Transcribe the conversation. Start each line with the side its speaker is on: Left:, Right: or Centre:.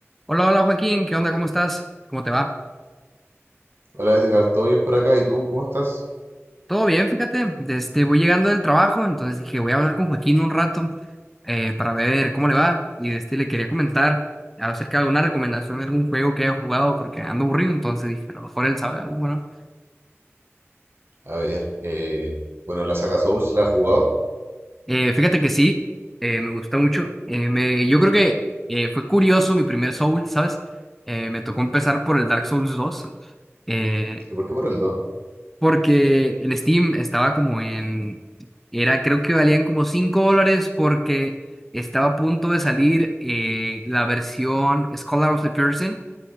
Centre: Hola, hola Joaquín, ¿qué onda? ¿Cómo estás? ¿Cómo te va?
Right: Hola Edgar, ¿todo bien por acá? ¿Y tú cómo estás?
Centre: Todo bien, fíjate. Desde, voy llegando del trabajo, entonces dije, voy a hablar con Joaquín un rato eh, para ver cómo le va. Y este, le quería comentar acerca de alguna recomendación de algún juego que haya jugado porque ando aburrido, entonces dije, a lo mejor él sabe algo, bueno.
Right: A ver, eh, bueno, la saga Souls la has jugado.
Centre: Eh, fíjate que sí, eh, me gustó mucho. Eh, me, yo creo que eh, fue curioso mi primer Soul, ¿sabes? Eh, me tocó empezar por el Dark Souls dos eh,
Right: ¿Y por qué por el dos?
Centre: Porque en Steam estaba como en, era, creo que valían como 5 dólares porque estaba a punto de salir eh, la versión Scholar of the Person